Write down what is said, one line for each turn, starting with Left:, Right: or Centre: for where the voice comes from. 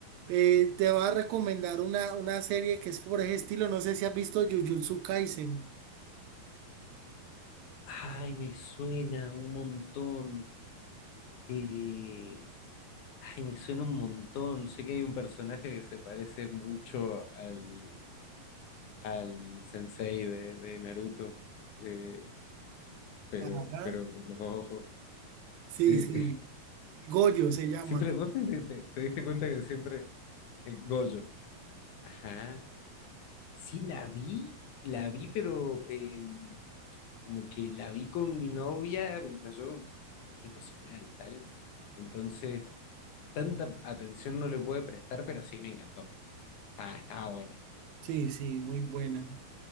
Right: Eh, te voy a recomendar una, una serie que es por ese estilo. No sé si has visto Jujutsu Kaisen.
Left: Ay, me suena un montón. Eh, Ay, me suena un montón. Sé que hay un personaje que se parece mucho al, al sensei de, de Naruto, eh, pero,
Right: Ajá.
Left: pero con los dos ojos.
Right: Sí,
Left: Eh,
Right: sí. Goyo se
Left: <laughs>
Right: llama.
Left: siempre, ¿vos te, te- te diste cuenta que siempre eh, Gojo? Ajá. Sí, la vi, la vi, pero eh, como que la vi con mi novia mientras yo ponía a cocinar y tal. Entonces, tanta atención no le pude prestar, pero sí me encantó. Estaba, estaba buena.
Right: Sí, sí, muy buena.